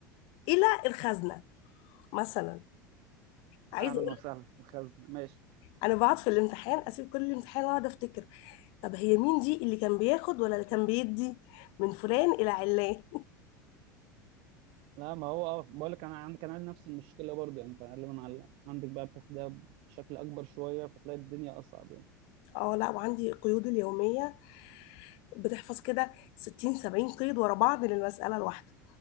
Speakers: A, on the left; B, on the right.
A: إلى الخزنة مثلا عايزة
B: اهلا
A: أقول
B: وسهلا الخزنه ماشي
A: أنا بقعد في الامتحان أسيب كل الامتحان وأقعد أفتكر طب هي مين دي اللي كان بياخد ولا اللي كان بيدي من فلان إلى علان
B: لا ما هو اه بقول لك انا عن- كان عندي نفس المشكله برضه يعني فغالبا على عندك بقى بتاخدها بشكل اكبر شويه فتلاقي الدنيا اصعب يعني
A: أه لا وعندي قيود اليومية بتحفظ كده 60 70 قيد ورا بعض للمسألة الواحدة